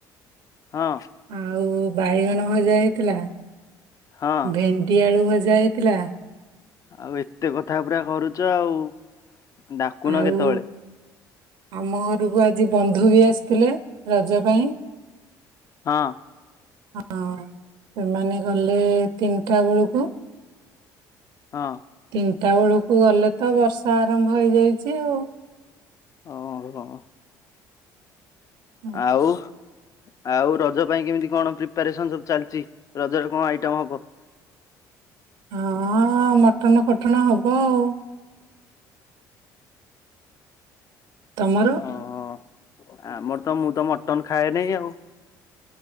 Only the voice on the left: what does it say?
ହଁ।
ହଁ।
ଆଉ ଏତେ କଥା ପୁରା କରୁଛ, ଆଉ ଡାକୁନ
କେତେବେଳେ।
ହଁ।
ହଁ।
ହଁ ହଁ
ଆଉ ଆଉ ରଜ ପାଇଁ କେମିତି କଣ ପ୍ରିପାରେସନ ସବୁ ଚାଲିଛି ରଜରେ କଣ ଆଇଟମ ହବ।
ଅହ ଆମର ତ ମୁଁ ତ ମଟନ ଖାଏନେଇ ଆଉ।